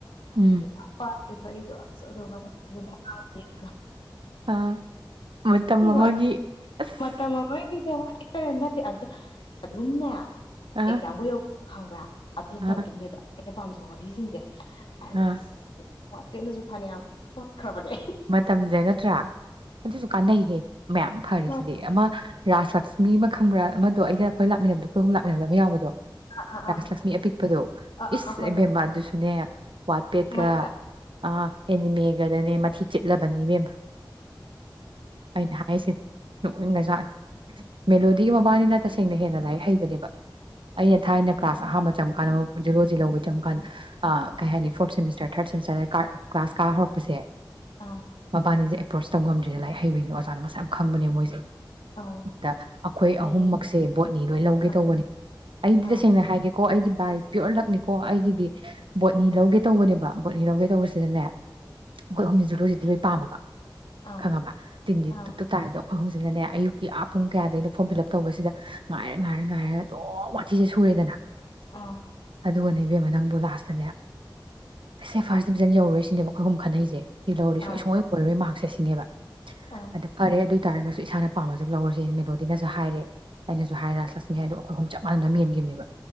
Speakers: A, on the right; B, on the left.
A: ꯎꯝ
B: ꯑꯗꯨ ꯌꯥꯝ ꯄꯥꯝꯃꯦ ꯐꯩꯗꯣ ꯑꯁ ꯑꯗꯨꯊꯤ
A: ꯑꯥ ꯃꯇꯝ ꯑꯃꯒꯤ
B: ꯋꯥꯠꯂꯦ
A: ꯑꯁ
B: ꯃꯇꯝ ꯑꯃꯒꯤꯗꯣ ꯀ ꯅꯠꯇꯦ ꯑꯝꯇ ꯑꯗꯨꯝꯅꯦ
A: ꯑꯥ
B: ꯑꯦꯛꯖꯥꯝꯕꯨ ꯌꯥꯎ ꯈꯪꯕ꯭ꯔꯥ ꯑꯞꯗꯦꯠ
A: ꯑꯥ
B: ꯇꯧꯗꯣꯏꯅꯦꯕ ꯑꯦ ꯄꯥꯝꯖꯣ ꯋꯥꯔꯤꯖꯤꯡꯖꯦ <unintelligible>
A: ꯑꯥ
B: <unintelligible> ꯍꯣꯠꯈꯔꯕꯅꯦ
A: ꯃꯇꯝꯁꯦ ꯅꯠꯇ꯭ꯔꯥ ꯑꯗꯨꯁꯨ ꯀꯥꯟꯅꯩꯍꯦ ꯃꯌꯥꯝ ꯐꯔꯤꯁꯤꯗꯤ
B: ꯃꯥ-
A: ꯑꯃ ꯔꯥꯁ ꯂꯛꯁꯃꯤ ꯑꯃ ꯈꯪꯕ꯭ꯔꯥ ꯑꯃꯗꯣ ꯑꯩꯒ ꯈꯣꯏ ꯂꯥꯛꯃꯤꯟꯅꯕꯗꯣ ꯈꯣꯏꯍꯨꯝ ꯂꯥꯛꯃꯤꯟꯅꯕꯗ ꯑꯃ ꯌꯥꯎꯕꯗꯣ
B: ꯑꯥ
A: ꯔꯥꯁ
B: ꯑꯥ
A: ꯂꯛꯁꯃꯤ ꯑꯄꯤꯛꯄꯗꯣ
B: ꯑꯥ
A: ꯏꯁ
B: ꯑꯥ ꯍꯣꯏ
A: ꯏꯕꯦꯝꯃ
B: ꯍꯣꯏ
A: ꯑꯗꯨꯁꯨꯅꯦ ꯋꯥꯠꯄꯦꯠ ꯀ
B: ꯃꯩꯔꯥ
A: ꯑ ꯑꯦꯅꯤꯃꯦ ꯒꯅꯥꯅꯦ ꯃꯊꯤ ꯆꯤꯠꯂꯗꯕꯅꯤ ꯏꯕꯦꯝꯃꯥ ꯑꯩꯅ ꯍꯥꯥꯏꯁꯦ ꯅꯣꯛꯅꯤꯡꯒꯔꯖꯥꯠꯅꯦ ꯃꯦꯂꯣꯗꯤ ꯃꯕꯥꯅꯤꯅ ꯇꯁꯦꯡꯅ ꯍꯦꯟꯅ ꯂꯥꯏꯔꯤꯛ ꯍꯩꯕꯅꯦꯕ ꯑꯩꯅ ꯊꯥꯏꯅ ꯀ꯭ꯂꯥꯁ ꯑꯍꯥꯟꯕ ꯆꯪꯕꯀꯥꯟꯗ ꯖꯨꯂꯣꯖꯤ ꯂꯧꯕꯩ ꯆꯪꯕ ꯀꯥꯟꯗ ꯑꯥ ꯀꯩ ꯍꯥꯏꯅꯤ ꯐꯣꯔꯠ ꯁꯦꯃꯤꯁꯇꯔ ꯊꯥꯔꯠ ꯁꯦꯃꯤꯁꯇꯔꯅ ꯀ꯭ꯂꯥꯁ ꯀꯥ ꯍꯧꯔꯛꯄꯁꯦ
B: ꯑꯥ
A: ꯃꯕꯥꯅꯤꯁꯦ ꯑꯦꯄ꯭ꯔꯣꯁ ꯇꯧ ꯉꯝꯗꯔꯦ ꯂꯥꯏꯔꯤꯛ ꯍꯩꯕꯩꯅꯦ ꯑꯣꯖꯥꯅ ꯃꯁꯥꯛ ꯈꯪꯕꯅꯦ ꯃꯣꯏꯁꯦ
B: ꯑꯧ
A: ꯑꯗ ꯑꯩꯈꯣꯏ
B: ꯍꯩꯌꯦ
A: ꯑꯍꯨꯝꯃꯛꯁꯦ
B: ꯍꯩꯌꯦ
A: ꯕꯣꯠꯅꯤ ꯂꯣꯏ ꯂꯧꯒꯦ
B: ꯑꯥ
A: ꯇꯧꯕꯅꯦ ꯑꯩꯗꯤ
B: ꯑꯥ
A: ꯇꯁꯦꯡꯅ ꯍꯥꯏꯒꯦꯀꯣ ꯑꯩꯗꯤ ꯕꯥꯏ ꯄꯤꯌꯣꯔ ꯂꯛꯅꯤꯀꯣ ꯑꯩꯒꯤꯗꯤ ꯕꯣꯠꯅꯤ ꯂꯧꯒꯦ ꯇꯧꯕꯅꯦꯕ ꯕꯣꯠꯅꯤ ꯂꯧꯒꯦ ꯇꯧꯕꯁꯤꯗꯅꯦ ꯑꯩꯈꯣꯏ ꯑꯍꯨꯝꯖꯦ ꯖꯨꯂꯣꯖꯤ ꯂꯣꯏ ꯄꯥꯝꯃꯕ
B: ꯑꯥ
A: ꯈꯪꯉꯕ ꯇꯤꯟꯖꯤ
B: ꯑꯥ
A: ꯇꯨꯞ ꯇꯨꯞ ꯇꯥꯏꯗꯣ ꯑꯩꯈꯣꯏ ꯍꯧꯖꯤꯛꯅꯅꯦ ꯑꯌꯨꯛꯀꯤ ꯑꯥ ꯄꯨꯡ ꯀꯌꯥꯗꯩꯅꯣ ꯐꯣꯝ ꯐꯤꯜ ꯑꯞ ꯇꯧꯕꯖꯤꯗ ꯉꯥꯏꯔ ꯉꯥꯏꯔ ꯉꯥꯏꯔꯒ ꯑꯗꯨꯝ ꯋꯥꯊꯤꯁꯦ ꯁꯨꯔꯦꯗꯅ
B: ꯑꯥ
A: ꯑꯗꯨꯒꯅꯦ ꯏꯕꯦꯝꯃ ꯅꯪꯕꯨ ꯂꯥꯁꯇꯅꯦ ꯁꯦ ꯐꯥꯔꯁ ꯗꯤꯕꯤꯖꯟ ꯌꯧꯔꯥꯔꯣꯏꯁꯤꯅꯦꯕ ꯑꯩꯈꯣꯏꯍꯨꯝꯅ ꯈꯟꯅꯩꯖꯦ ꯁꯤ ꯂꯧꯔ ꯁꯨꯡꯑꯣꯏ
B: ꯑꯥ
A: ꯑꯣꯏꯔꯔꯣꯏ ꯃꯥꯔꯛꯁꯦꯁꯤ ꯅꯦꯕ
B: ꯑꯥ
A: ꯑꯗ ꯐꯔꯦ ꯑꯗꯨ ꯇꯥꯔꯒꯁꯨ ꯏꯁꯥꯅ ꯄꯥꯝꯕꯖꯦ ꯂꯧꯔꯖꯦ ꯃꯦꯂꯣꯗꯤꯗꯖꯨ ꯍꯥꯏꯔꯦ ꯑꯩꯅꯁꯨ ꯍꯥꯏꯔꯦ ꯔꯖꯂꯛꯁꯃꯤ ꯍꯥꯏꯔꯛꯑꯣ ꯈꯣꯏꯍꯨꯝ ꯆꯞ ꯃꯥꯟꯅꯅ ꯃꯦꯟꯒꯤꯕꯅꯦꯕ